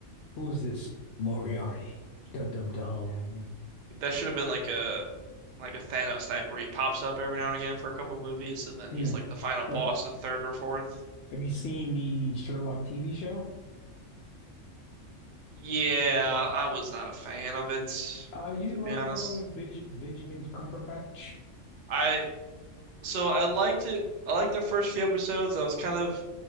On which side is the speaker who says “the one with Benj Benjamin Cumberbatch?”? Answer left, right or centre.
Left